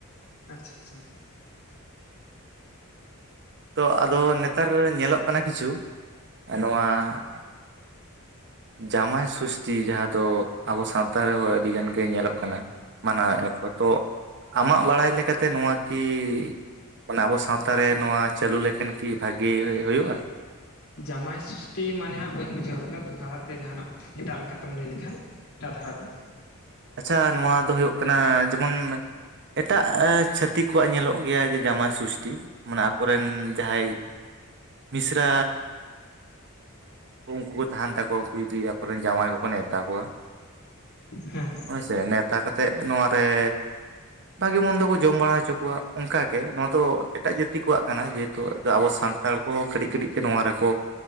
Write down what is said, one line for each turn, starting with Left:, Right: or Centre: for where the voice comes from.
Left: ᱟᱪᱪᱷᱟ ᱟᱪᱪᱷᱟ᱾
Right: ᱛᱚ ᱟᱫᱚ ᱱᱮᱛᱟᱨ ᱧᱮᱞᱚᱜ ᱠᱟᱱᱟ ᱠᱤᱪᱷᱩ᱾ ᱱᱚᱣᱟ- ᱡᱟᱢᱟᱭ ᱥᱚᱥᱴᱤ ᱡᱟᱦᱟᱸ ᱫᱚ ᱟᱵᱚ ᱥᱟᱶᱛᱟ ᱨᱮᱦᱚᱸ ᱟᱹᱰᱤ ᱜᱟᱱ ᱜᱮ ᱧᱮᱞᱚᱜ ᱠᱟᱱᱟ᱾ ᱢᱟᱱᱟᱣᱮᱜᱼᱟ ᱠᱚ ᱛᱚ ᱟᱢᱟᱜ ᱵᱟᱲᱟᱭ ᱞᱮᱠᱟᱛᱮ ᱱᱚᱣᱟ ᱠᱤ ᱢᱟᱱᱮ ᱟᱵᱚ ᱥᱟᱶᱛᱟ ᱨᱮ ᱱᱚᱣᱟ ᱪᱟᱹᱞᱩ ᱞᱮᱠᱷᱟᱱ ᱠᱤ ᱵᱷᱟᱜᱮ ᱦᱳᱭ-ᱦᱳᱭᱳᱜᱼᱟ?
Left: ᱡᱟᱢᱟᱭ ᱥᱚᱥᱴᱤ ᱢᱟᱱᱮ ᱦᱟᱸᱜ ᱵᱟᱹᱧ ᱵᱩᱡᱷᱟᱹᱣ ᱞᱮᱫᱟ, ᱫᱚᱦᱚᱲᱟ ᱛᱮ ᱡᱟᱦᱟᱱᱟᱜ ᱮᱴᱟᱜ ᱞᱮᱠᱟᱛᱮᱢ ᱞᱟᱹᱭ ᱞᱮᱠᱷᱟᱱ᱾ ᱮᱴᱟᱜ ᱫᱷᱟᱨᱟᱛᱮ᱾
Right: ᱟᱪᱪᱷᱟ, ᱱᱚᱣᱟ ᱫᱚ ᱦᱳᱭᱳᱜ ᱠᱟᱱᱟ ᱡᱮᱢᱚᱱ ᱮᱴᱟᱜ, ᱪᱷᱟᱹᱛᱤᱠ ᱠᱚᱣᱟᱜ ᱧᱮᱞᱚᱜ ᱜᱮᱭᱟ ᱡᱮ ᱡᱟᱢᱟᱭ ᱥᱩᱥᱴᱤ᱾ ᱢᱟᱱᱮ ᱟᱠᱚᱨᱮᱱ ᱡᱟᱦᱟᱸᱭ ᱢᱤᱥᱨᱟ ᱩᱱᱠᱩ ᱠᱚ ᱛᱟᱦᱮᱱ ᱛᱟᱠᱚᱣᱟ ᱩᱱᱠᱩ ᱡᱩᱫᱤ ᱟᱠᱚᱨᱮᱱ ᱡᱟᱶᱟᱭ ᱠᱚᱠᱚ ᱱᱮᱶᱛᱟ ᱠᱚᱣᱟ᱾
Left: ᱦᱮᱸ ᱦᱮᱸ᱾
Right: ᱥᱮ ᱱᱮᱣᱛᱟ ᱠᱟᱛᱮᱜ ᱱᱚᱣᱟᱨᱮ ᱵᱷᱟᱜᱮ ᱢᱚᱱᱫᱚ ᱠᱚ ᱡᱚᱢ ᱵᱟᱲᱟ ᱦᱚᱪᱚ ᱠᱚᱣᱟ ᱚᱱᱠᱟ ᱜᱮ ᱱᱚᱣᱟ ᱫᱚ ᱮᱴᱟᱜ ᱡᱟᱹᱛᱤ ᱠᱚᱣᱟᱜ ᱠᱟᱱᱟ ᱡᱮᱦᱮᱛᱩ ᱟᱵᱚ ᱥᱟᱱ ᱛᱟᱲ ᱠᱚᱦᱚᱸ ᱠᱟᱹᱴᱤᱡ ᱠᱟᱹᱴᱤᱡ ᱛᱮ ᱱᱚᱣᱟ ᱨᱮᱠᱚ